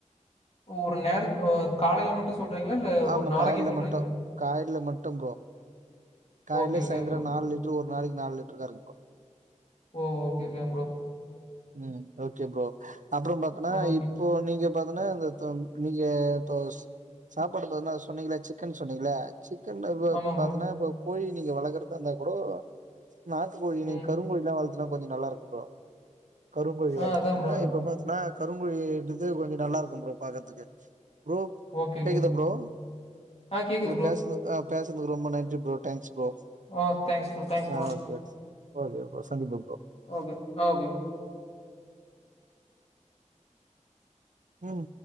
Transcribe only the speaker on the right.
ஆமா
காய்ல
மட்டும் காய்ல மட்டும் ப்ரோ காய்லே
சாய்ந்தரம்
நாலு லிட்டரு ஒரு நாளைக்கு நாலு லிட்டரு கறக்கும் ப்ரோ
ம் ஓகே ப்ரோ அப்புறம் பாத்திங்கனா
இப்போ நீங்க பாத்தனா இந்த இப்ப நீங்க இப்ப சாப்பாடு போதுன சொன்னீங்கள சிக்கன் சொன்னீங்களே சிக்கன் இப்
இப்ப பாத்தன்னா
இப்ப கோழி நீங்க வளக்கறதா இருந்தா கூட நாட்டு கோழி
நீ கருங்கோழி எல்லாம் வளத்துனா கொஞ்சம் நல்லா இருக்கும் ப்ரோ கருங்கோழி
வளத்துட்டே
இப்ப பாத்தன்னா கருங்கோழி டிசைன் கொஞ்சம் நல்லா இருக்கும் ப்ரோ பாக்கறதுக்கு ப்ரோ
கேக்குதா ப்ரோ
இப்ப
பேசறது ஆ பேசுனதுக்கு ரொம்ப நன்றி ப்ரோ தேங்க்ஸ் ப்ரோ
ஆ
ஓகே ஓகே ப்ரோ சந்திபோம் ப்ரோ
ம்